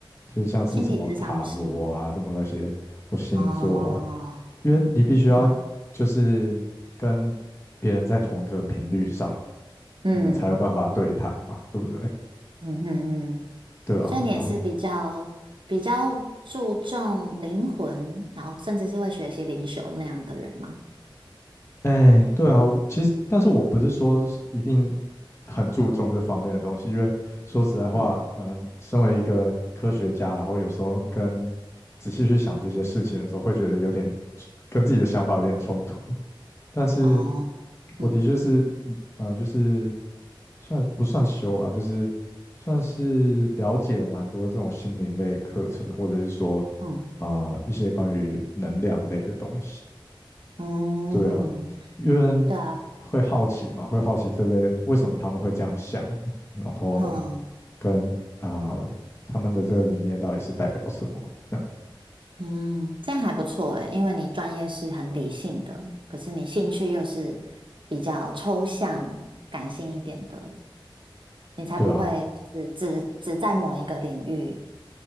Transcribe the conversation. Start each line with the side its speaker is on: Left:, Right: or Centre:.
Left: 就是像是什么塔罗啊，
Right: 心理咨商师哦，
Left: 什么那些或星座啊，
Right: 哦，
Left: 因为你必须要就是跟别人在同一个频率上，
Right: 啊，嗯
Left: 你们才有办法对谈嘛，对不对？
Right: 嗯嗯嗯，
Left: 对啊，
Right: 所以你也是比较比较注重灵魂，
Left: 然后
Right: 然后甚至是会学习灵修那样的人吗？
Left: 哎，对啊，我其实，但是我不是说是一定很注重这方面的东西，因为说实在话，
Right: 嗯，
Left: 嗯、身为一个科学家，然后有时候跟仔细去想这些事情的时候，会觉得有点跟自己的想法有点冲突。但是
Right: 哦，
Left: 我的确是，
Right: 嗯
Left: 嗯呃，就是算不算修啦，就是算是了解了蛮多这种心灵类的课程，或者是说
Right: 嗯
Left: 啊、呃一些关于能量类的东西。
Right: 嗯，
Left: 对啊，因为
Right: 对啊，
Left: 会好奇嘛，会好奇这类为什么他们会这样想，然后
Right: 哼，
Left: 跟啊、他们的这个理念到底是代表什么，这样
Right: 嗯，这样还不错诶，因为你专业是很理性的，可是你兴趣又是比较抽象、感性一点的。你才不会只只只在某一个领域
Left: 对啊，